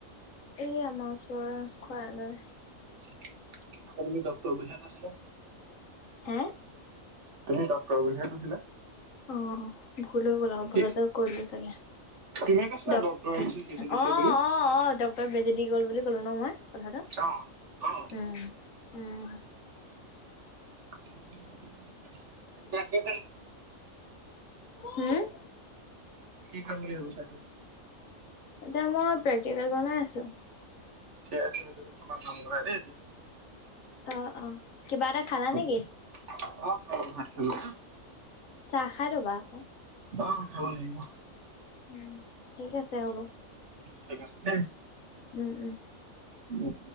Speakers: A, on the left (about 75°); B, on the right (about 60°).
A: এই আমাৰ ওচৰৰ খুৰাজনে।
B: আকৌ বোলে ডক্টৰ বুলি হে কৈছিলে।
A: হে
B: তুমি ডক্তৰ বুলিহে কৈছিলা?
A: অ', ভুল হৈ গ'ল আৰু ভুলতে
B: কি
A: কৈ দিলো চাগে।
B: তুমিয়ে কৈছিলা
A: ডক্টৰ
B: ডক্তৰ আহিছে বেজি দিছে
A: অ' অ'
B: বুলি।
A: অ' ডক্টৰে বেজি দি গ'ল বুলি ক'লো ন মই? কলহাদ উম,
B: অ অ
A: উম,।
B: <unintelligible> এতিয়া কি
A: হম
B: খাম বুলি ভাবিছা তু
A: এতিয়া মই প্ৰেক্টিকেল বনাই আছো।
B: ঠিক আছে তুমি তোমাৰ কাম কৰা দেই এতিয়া।
A: অ', অ', কিবা এটা খালা
B: হ'ব।
A: নে কি?
B: অ', খালো, ভাত খালো দেই-
A: চাহ খাই ল'বা আকৌ।
B: অ', খাব লাগিব।
A: উম, ঠিক আছে হ'ব।
B: ঠিক আছে দেই।
A: উম, উম,।
B: উম,।